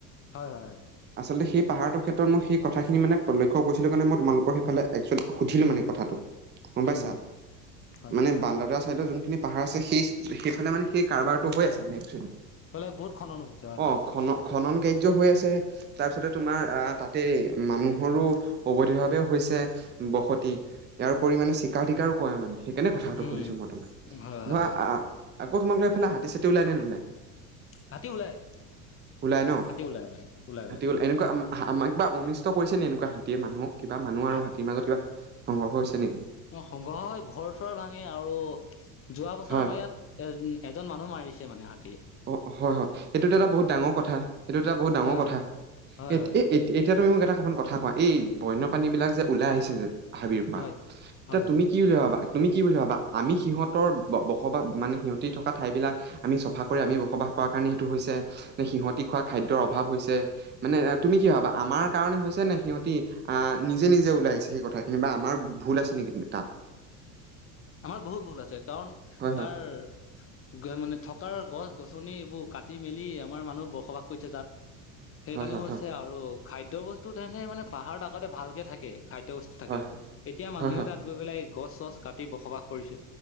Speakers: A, on the left; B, on the right.
A: হয়, হয়, হয়।
B: আচলতে সেই পাহাৰটোৰ ক্ষেত্ৰত মই কথাখিনি মানে প্ৰলক্ষ কৰিছিলো কাৰণে মই তোমালোকৰ সেইফালে একচুৱেলি সুধিলো মানে কথাটো। গম
A: উম
B: পাইছা?
A: হয়
B: মানে বান্দদুৱা চাইডৰ যোন খিনি পাহাৰ আছে, সেই-সেইফালে মানে সেই কাৰবাৰটো হৈ আছে মানে একচুৱেলি।
A: এইফালে বহুত খনন হৈছে হয়
B: অ'
A: দেখিছো
B: খন-খনন কা ৰ্য্য হৈ আছে। তাৰপিছতে তোমাৰ আ- তাতে মানুহৰো অবৈধভাৱেও হৈছে বসতি। ইয়াৰ উপৰি মানে চিকাৰ-টিকাৰো কৰে মানে। সেইকাৰণে কথাটো
A: উম
B: সুধিছোঁ মই তোমাক।
A: হয় হয়
B: ধৰা
A: হয়
B: আ-আ-আকৌ তোমাক লৈ এইফালে হাতী-চাতি ওলায় নে নোলায়?
A: হাতী ওলাই
B: ওলায় ন'?
A: হাতী ওলাই ওলাই ওলাই
B: হাতী
A: ওলাই
B: ওলায়- এনেকুৱা আম- হা আমাক কিবা অনিষ্ট কৰিছে নে এনেকুৱা হাতীয়ে মানুহক, কিবা মানুহ আৰু
A: হাত
B: হাতীৰ মাজত কিবা সংঘৰ্ষ হৈছে নেকি
A: অ', <unintelligible> হয় ঘৰ চৰ ভাঙে আৰু। যোৱা বছৰ
B: হয়
A: আমাৰ ইয়াত এ-এজন মানুহ মাৰিছে মানে হাত
B: অ', হয়, হয়। এইটোতো এটা বহুত ডাঙৰ কথা, এইটো এটা বহুত ডাঙৰ
A: হয় হয়
B: কথা।
A: হয়
B: এ-এ-এতিয়া
A: হয়
B: তুমি মোক এটা অকমান কথা কোৱা, এই বন্য পানী বিলাক যে ওলাই আহিছে যে হাবিৰ পৰা,
A: হয় হয়
B: এতিয়া
A: হয়
B: তুমি কি বুলি ভাবা? তুমি কি বুলি ভাবা? আমি সিহঁতৰ বসবাস মানে সিহঁতে থকা ঠাইবিলাক আমি চফা কৰি আমি বসবাস কৰাৰ কাৰণে সেইটো হৈছে নে সিহতি খোৱা খাদ্যৰ অভাৱ হৈছে, মানে তুমি কি ভাবা? আমাৰ কাৰণে হৈছে নে সিহঁতি আ- নিজে - নিজে ওলাই আহিছে সেই ক থাখিনি বা আমাৰ ভুল আছে নেকি তাত?
A: আমাৰ বহুত ভুল আছে, কাৰণ
B: হয়
A: তাৰ
B: হয়
A: গ- মানে থকাৰ গছ-গছনি এইবোৰ কাটি মেলি আমাৰ মানুহ বসবাস কৰিছে তাত। সেই কাৰণেও
B: হয়
A: হৈছে
B: হয়
A: আৰু খাদ্য-বস্তু তেনেকে মানে পাহাৰত আগতে ভালকে থাকে। খাদ্যবস্তু থাকে।
B: হয় হয়
A: এতিয়া মানুহে
B: হয় হয়
A: তাত গৈ পেলাই গছ-চছ কাটি বসবাস কৰিছে।